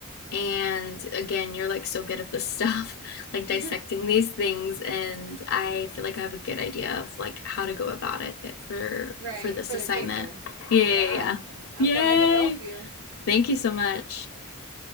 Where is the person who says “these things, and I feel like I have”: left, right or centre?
Left